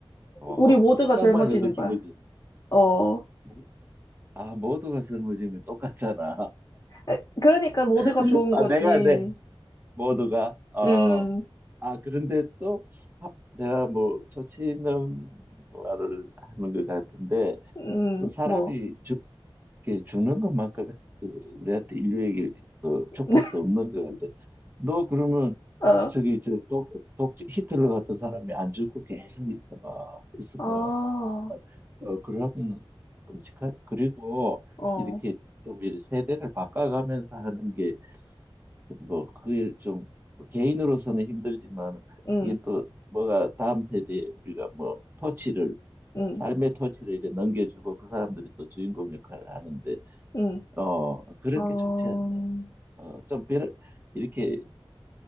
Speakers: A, on the right; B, on the left.
A: 와,
B: 우리 모두가
A: 생각만
B: 젊어지는
A: 해도 기분
B: 거야.
A: 좋네.
B: 어.
A: 모- 아, 모두가 젊어지면 똑같잖아.
B: 에, 그러니까 모두가
A: <laughs>
B: 좋은
A: 아,
B: 거지.
A: 내가 내 모두가 아,
B: 음,
A: 아 그런데 또 하- 내가 뭐 조치는 말을 하는 것 같은데
B: 음,
A: 또 사람이
B: 뭐.
A: 죽, 이렇게 죽는 것만큼 그 우리한테 인류에게 그
B: <laughs>
A: 축복도 없는 것 같아. 너 그러면
B: 어,
A: 저기 저 독, 독 히틀러 같은 사람이 안 죽고 계속 있어봐 있어봐.
B: 아,
A: 어, 그러면 끔찍하지. 그리고
B: 어,
A: 이렇게 좀 이렇게 세대를 바꿔가면서 하는 게뭐 그게 좀뭐 개인으로서는 힘들지만
B: 음,
A: 이게 또 뭐가 다음 세대에 우리가 뭐 토치를
B: 음,
A: 삶의 토치를 이렇게 넘겨주고 그 사람들이 또 주인공 역할을 하는데.
B: 음,
A: 어, 그런
B: 어,
A: 게 좋지 않나? 어, 좀 별, 이렇게,